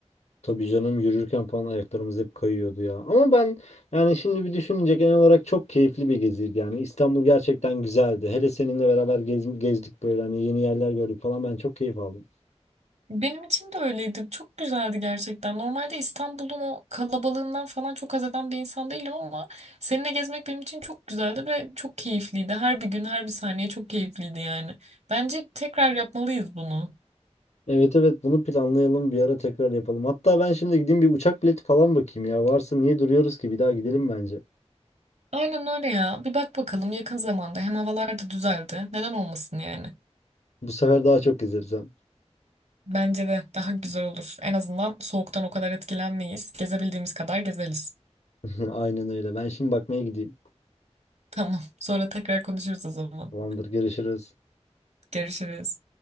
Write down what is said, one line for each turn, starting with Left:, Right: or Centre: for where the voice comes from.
Left: Tabii canım yürürken falan ayaklarımız hep kayıyordu ya. Ama ben yani şimdi bir düşününce genel olarak çok keyifli bir geziydi yani. İstanbul gerçekten güzeldi. Hele seninle beraber gez- gezdik böyle hani yeni yerler gördük falan ben çok keyif aldım.
Right: Benim için de öyleydi. Çok güzeldi gerçekten. Normalde İstanbul'un o kalabalığından falan çok haz eden bir insan değilim ama seninle gezmek benim için çok güzeldi ve çok keyifliydi. Her bir gün, her bir saniye çok keyifliydi yani. Bence tekrar yapmalıyız bunu.
Left: Evet evet bunu planlayalım bir ara tekrar yapalım. Hatta ben şimdi gideyim bir uçak bileti falan bakayım ya. Varsa niye duruyoruz ki bir daha gidelim bence.
Right: Aynen öyle ya. Bir bak bakalım yakın zamanda. Hem havalar da düzeldi. Neden olmasın yani?
Left: Bu sefer daha çok gezeriz hem.
Right: Bence de daha güzel olur. En azından soğuktan o kadar etkilenmeyiz. Gezebildiğimiz kadar gezeriz.
Left: <laughs> Aynen öyle. Ben şimdi bakmaya gideyim.
Right: Tamam. Sonra tekrar konuşuruz o zaman.
Left: Tamamdır görüşürüz.
Right: Görüşürüz.